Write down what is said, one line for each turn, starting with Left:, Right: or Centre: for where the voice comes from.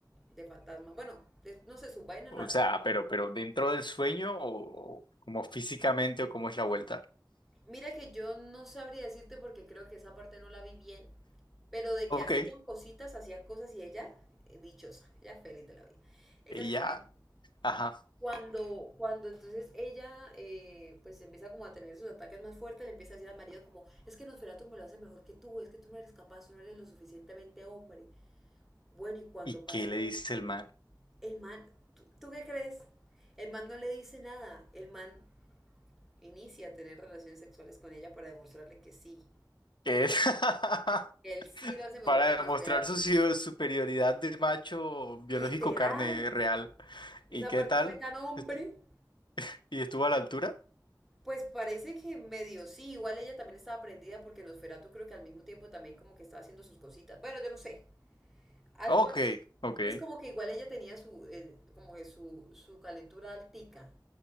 Centre: de fantasma. Bueno, de- no sé, sus vainas
Left: O
Centre: raras.
Left: sea, pero, pero dentro del sueño o, o como físicamente o cómo es la vuelta.
Centre: Mira que yo no sabría decirte porque creo que esa parte no la vi bien, pero de
Left: Ok,
Centre: que hacían
Left: eh,
Centre: cositas, hacían cosas y ella, eh, dichosa, ella feliz de la vida. El caso es
Left: ya.
Centre: que
Left: Ajá.
Centre: Cuando, cuando entonces ella eh, pues empieza como a tener sus ataques más fuertes, le empieza a decir al marido como, es que Nosferatu me lo hace mejor que tú, es que tú no eres capaz, tú no eres lo suficientemente hombre. Bueno, y cuando
Left: ¿Y qué
Centre: pasa
Left: le dice
Centre: eso,
Left: el man?
Centre: el man, ¿tú, tú qué crees? El man no le dice nada, el man inicia a tener relaciones sexuales con ella para demostrarle que sí,
Left: ¿Qué es? <laughs>
Centre: que él sí lo hace mejor
Left: para
Centre: que Nosferatu.
Left: demostrar su sido- superioridad de macho biológico
Centre: Literal,
Left: carne real.
Centre: esa
Left: ¿Y qué
Centre: parte
Left: tal?
Centre: fue tan hombre.
Left: Estu- ¿Y estuvo a la altura?
Centre: Pues parece que medio sí, igual ella también estaba prendida porque Nosferatu creo que al mismo tiempo también como que estaba haciendo sus cositas. Bueno, yo no sé, algo
Left: Ok,
Centre: así.
Left: ok,
Centre: Entonces como que igual ella tenía su, eh, como que su, su calentura altica,